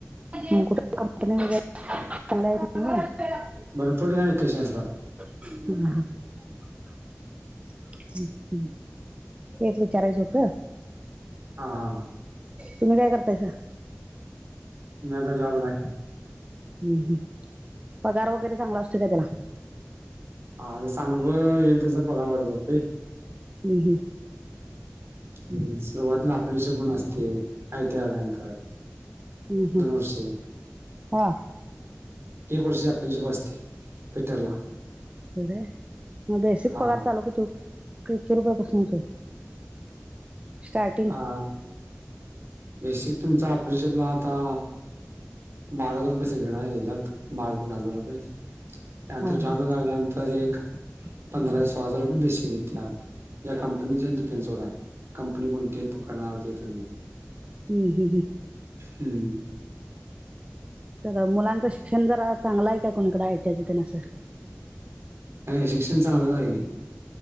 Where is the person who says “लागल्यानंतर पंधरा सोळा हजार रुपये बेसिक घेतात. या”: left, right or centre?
Right